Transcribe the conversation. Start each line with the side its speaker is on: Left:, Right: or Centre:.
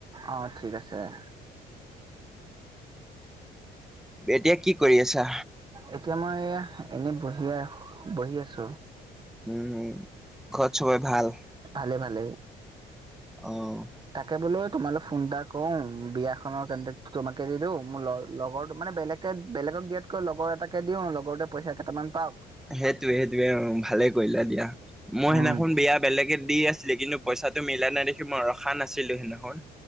Right: অ ঠিক আছে
Centre: এতিয়া কি কৰি আছা?
Right: এতিয়া মই এনে বহিয়া বহি আছো।
Centre: উম, হম ঘৰত চবৰে ভাল।
Right: ভালে ভালে।
Centre: অ',
Right: তাকে বোলে তোমাল ফোন এটা কৰ বিয়াখনৰ কে্ তোমাকে দি দিওঁ মোৰ লগৰটো মানে। বেলেকে-বেলেগক দিয়াতকৈ লগৰ এটাকে দিও লগৰতে পইচা কেইটামান পাও।
Centre: সেইটোৱে-সেইটোৱে অ' ভালে কৰিলা দিয়া মই
Right: উম
Centre: সেইদিনাখন বেয়া বেলেগে দি আছিলে কিন্তু। পইচাটো মিলা নাই দেখি মই ৰখা নাছিলোঁ নহয়